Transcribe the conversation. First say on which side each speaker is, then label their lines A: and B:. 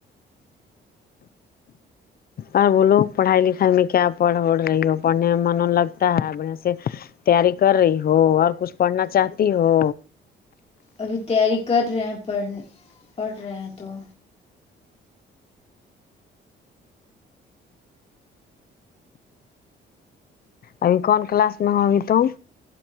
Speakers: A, on the left; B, on the left.
A: اور بولو پڑھائی لکھائی امیں کیا پڑ ہوڑ رہی ہو پنے من لگتا ہے تاری کر رہی ہو اور کچھ پڑھنا چاہتی ہو
B: ابھی تیاری کر رہے ہیں پڑھ پڑھ رہے ہیں تو
A: ابھی کون کلاس میں ہو ابھی تم